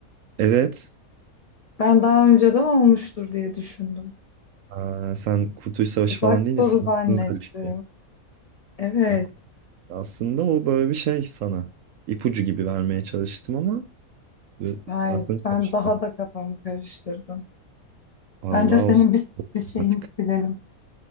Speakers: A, on the right; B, on the left.
A: Evet.
B: Ben daha önceden olmuştur diye düşündüm.
A: Aa, sen Kurtuluş Savaşı
B: Tuzak
A: falan
B: soru
A: deyince senin
B: zannettim.
A: aklın karıştı.
B: Evet.
A: Aklın- Aslında o böyle bir şey sana. İpucu gibi vermeye çalıştım ama e,
B: Hayır.
A: aklın karıştı.
B: Ben daha da kafamı karıştırdım.
A: Vallahi
B: Bence senin
A: o
B: bir, bir şeyini
A: artık.
B: silelim.